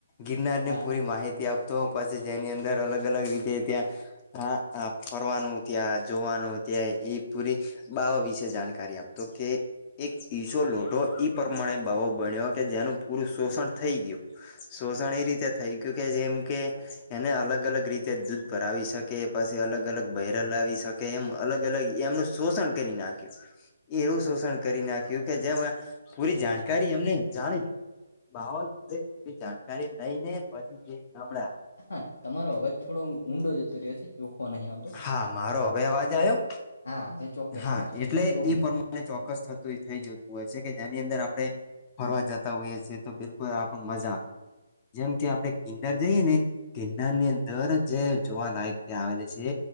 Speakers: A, on the left; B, on the left.
A: ગિરનારની
B: હા
A: પૂરી માહિતી આપતો, પછી જેની અંદર અલગ અલગ રીતે એ ત્યાં હા હ ફરવાનું ત્યાં જોવાનું ત્યાં એ પૂરી બાવા વિશે જાણકારી આપતો કે એક ઈસો લોઢો ઈ પ્રમાણે ભાવો બન્યો કે જેનું પૂરું શોષણ થઈ ગયું. શોષણ એ રીતે થઈ ગયું કે જેમ કે, એને અલગ અલગ રીતે દૂધ પર આવી શકે પસે અલગ અલગ બૈરલ આવી શકે એમ અલગ અલગ એમનું શોષણ કરી નાખ્યું. એવું શોષણ કરી નાખ્યું કે જેમ, પૂરી જાણકારી એમને જાણી. બાાવલ એ જાણકારી નઈ ને પછી નળ આવે.
B: હા તમારો અવાજ થોડો ઊંડો જતો રહ્યો છે ચોખો નહી આવતો.
A: હા મારો હવે અવાજ આયો?
B: હા હવે ચોક્કસ
A: હા
B: હવે
A: એટલે
B: તમે કો
A: એ પ્રમાણે ચોક્કસ થ તો ઈ થઈ જતું હોય છે કે જેની અંદર આપડે ફરવા જતા હોઈએ છીએ તો બિલકુલ આપણ મજા જેમ કે આપડે ગિનાર જઈએ ને ગિરનાર ની અંદર જે જોવા લાયક ત્યાં આવેલ છે,